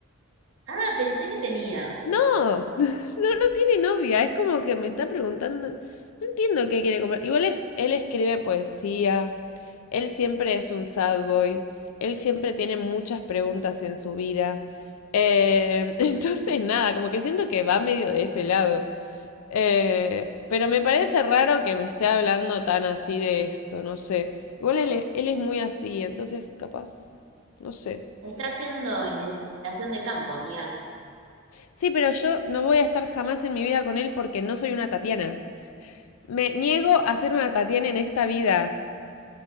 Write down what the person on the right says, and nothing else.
Ah, pensé que tenía.
Está haciendo investigación de campo, amiga.